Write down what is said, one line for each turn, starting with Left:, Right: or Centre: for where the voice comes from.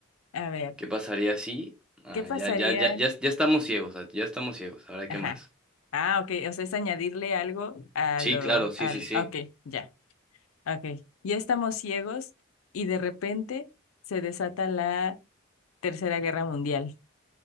Left: a ver,
Centre: ¿Qué pasaría si... Ah,
Left: ¿qué pasaría?
Centre: ya, ya, ya, ya, ya estamos ciegos, ah, ya estamos ciegos. Ahora,
Left: Ajá.
Centre: ¿qué más?
Left: Ah, ok. O sea, es añadirle algo a
Centre: Sí,
Left: lo,
Centre: claro, sí,
Left: al,
Centre: sí, sí.
Left: ah, ok, ya, ok. Ya estamos ciegos y de repente se desata la Tercera Guerra Mundial